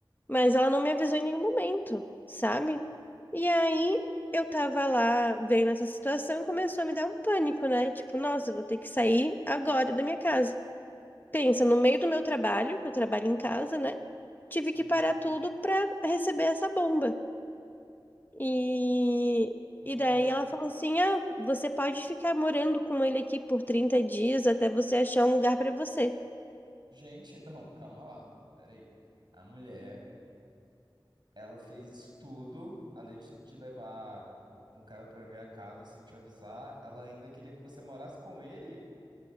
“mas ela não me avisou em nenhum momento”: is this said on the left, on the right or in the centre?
Left